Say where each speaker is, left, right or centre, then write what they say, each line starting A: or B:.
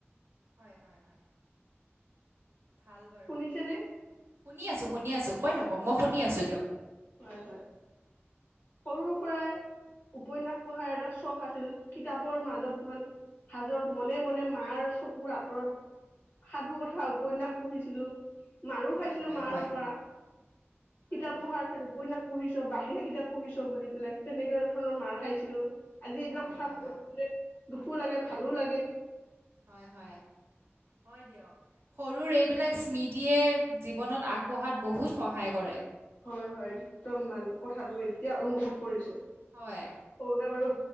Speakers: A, on the right; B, on the left.
A: হয়, হয়, হয়। ভাল বাৰু।
B: শুনিছেনে
A: শুনি আছো, শুনি আছো। কৈ থাকক
B: হয়
A: মই শুনি আছোঁ দিয়ক।
B: হয় হয় সৰুৰ পৰাই উপন্যাস পঢ়াৰ এটা চখ আছিল কিতাপৰ মাজত মান হাজত মনে মনে মাৰ চকুৰ আঁতৰত সাধু কথা উপন্যাস পঢ়িছিলো মাৰো
A: হয়
B: খাইছিলো
A: হয়
B: মাৰৰ
A: হয়
B: পৰা।
A: হয়
B: কিতাপ
A: হয়
B: পঢ়াৰ খা উপন্যা পঢ়িছ বাহিৰা কিতাপ পঢ়িছ বুলি পেলে তেনেককাে ধৰণৰ মাৰ খাইছিলো। আজি এইবিলাক
A: হয়
B: কথালে
A: হয় হয়
B: দুখো লাগে, ভালো লাগে।
A: হয়, হয়, হয় দিয়ক সৰুৰ এইবিলাক স্মৃতিয়ে জীৱনত আগবঢ়াত বহুত সহায় কৰে।
B: হয়, হয় একদম মান কথাটো এতিয়া অনুভৱ কৰিছো। সৰুতে
A: হয়
B: বাৰু